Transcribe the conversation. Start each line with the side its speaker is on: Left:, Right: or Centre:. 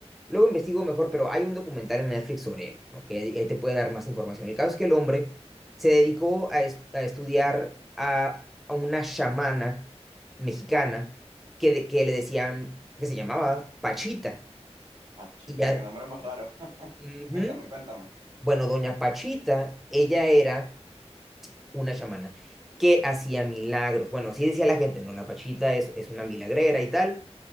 Centre: Luego investigo mejor, pero hay un documental en Netflix sobre él, ¿no? Que ahí ahí te puede dar más información. El caso es que el hombre se dedicó a, est- a estudiar a, a una chamana mexicana que, de- que le decían, que se llamaba Pachita.
Right: Pachita,
Centre: Y ya,
Right: qué nombre más raro. <laughs>
Centre: ujú,
Right: Cuéntame, cuéntame.
Centre: bueno, doña Pachita, ella era una chamana que hacía milagros. Bueno, así decía la gente, no, la Pachita es, es una milagrera y tal,